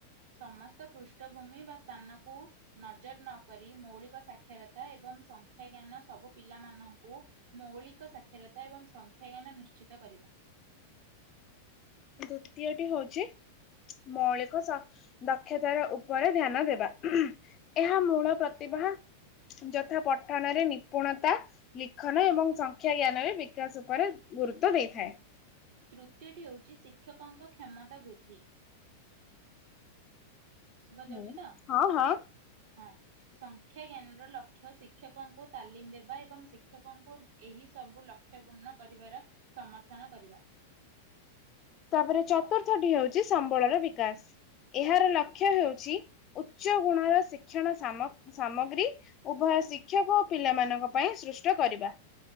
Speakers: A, on the right; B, on the left.
A: ସମସ୍ତ ପୃଷ୍ଠଭୂମି ବା ସ୍ଥାନ । କୁ ନଜର ନକରି ମୌଳିକ ସାକ୍ଷରତା ଏବଂ ସଂଖ୍ୟାଜ୍ଞାନ ସବୁ ପିଲାମାନଙ୍କୁ ମୌଳିକ ସାକ୍ଷରତା ଏବଂ ସଂଖ୍ୟାଜ୍ଞାନ ନିଶ୍ଚିତ କରିବା।
B: ଦ୍ଵିତୀୟଟି ହଉଚି ମୌଳିକ ସ ଦକ୍ଷତାର ଉପରେ ଧ୍ୟାନ ଦେବା, ଏହା ମୂଳ ପ୍ରତି ହା ଯଥା ପଠନରେ ନିପୁଣତା ଲିଖନ ଏବଂ ସଂଖ୍ୟା ଜ୍ଞାନରେ ବିକାଶ ଉପରେ ଗୁରୁତ୍ୱ ଦେଇଥାଏ।
A: ତୃତୀୟଟି ହେଉଚି ଶିକ୍ଷକଙ୍କ କ୍ଷମତା ବୃଦ୍ଧି। ଶୁଭା ଯାଉଚି
B: ହୁଁ।
A: ତ,
B: ହଁ ହଁ
A: ହଁ ସଂଖ୍ୟା ଜ୍ଞାନ ର ଲକ୍ଷ୍ୟ ଶିକ୍ଷକଙ୍କୁ ତାଲିମ ଦେବା ଏବଂ ଶିକ୍ଷକଙ୍କୁ ଏହି ସବୁ ଲକ୍ଷ୍ୟ ପୂର୍ଣ୍ଣ କରିବାର ସମର୍ଥନ କରିବା।
B: ତାପରେ ଚତୁର୍ଥ ଟି ହଉଚି ସମ୍ବଳର ବିକାଶ। ଏହାର ଲକ୍ଷ୍ୟ ହେଉଚି ଉଚ୍ଚ ଗୁଣର ଶିକ୍ଷଣ ସାମ ସାମଗ୍ରୀ ଉଭୟ ଶିକ୍ଷକ ଓ ପିଲାମାନଙ୍କ ପାଇଁ ସୃଷ୍ଟ କରିବା।